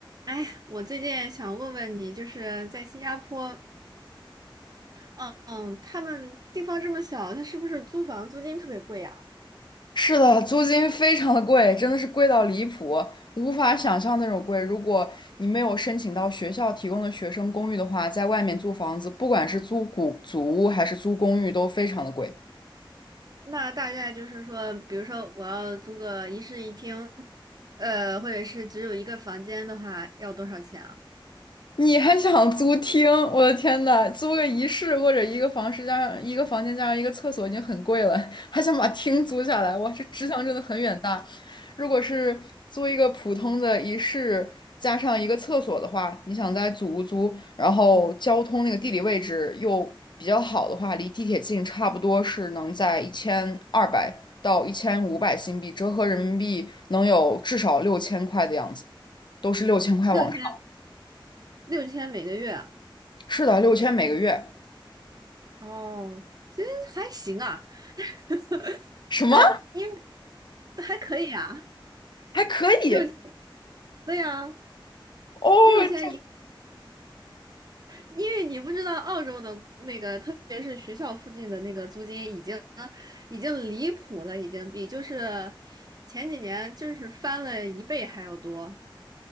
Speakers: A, on the right; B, on the left.
A: 哎，我最近想问问你，就是在新加坡，嗯嗯，他们地方这么小，他是不是租房租金特别贵啊？
B: 是的，租金非常的贵，真的是贵到离谱，无法想象那种贵。如果你没有申请到学校提供的学生公寓的话，在外面租房子，不管是租古祖屋还是租公寓，都非常的贵。
A: 那大概就是说，比如说我要租个一室一厅，呃，或者是只有一个房间的话，要多少钱啊？
B: 你还想租厅？我的天呐，租个一室或者一个房室加上一个房间加上一个厕所已经很贵了，还想把厅租下来，哇，这志向真的很远大。如果是租一个普通的一室加上一个厕所的话，你想在祖屋租，然后交通那个地理位置又比较好的话，离地铁近，差不多是能在一千二百到一千五百新币，折合人民币能有至少六千块的样子，都是六千块往上。
A: 六千，六千每个月啊
B: 是的，六千每个月，
A: 哦，其实还行啊，<laughs>
B: 什么
A: 那因为还可以啊，
B: 还可以
A: 六，对啊，
B: 哦？
A: 六千一。
B: 这
A: 因为你不知道澳洲的那个，特别是学校附近的那个租金已经已经离谱了，已经比就是前几年就是翻了一倍还要多。